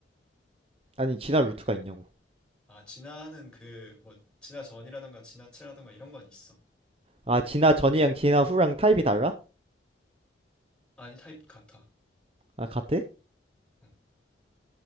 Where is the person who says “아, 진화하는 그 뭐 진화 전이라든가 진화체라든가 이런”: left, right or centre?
Centre